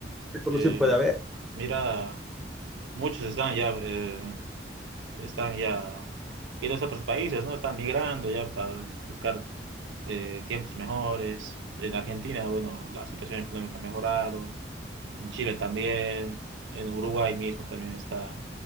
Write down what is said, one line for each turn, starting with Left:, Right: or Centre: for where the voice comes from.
Centre: qué solución
Right: eh,
Centre: puede haber.
Right: mira, muchos están ya, eh, están ya yendo a otros países, ¿no? Están migrando ya para buscar eh, tiempos mejores. En Argentina, bueno, la situación económica ha mejorado, en Chile también, en Uruguay mismo también está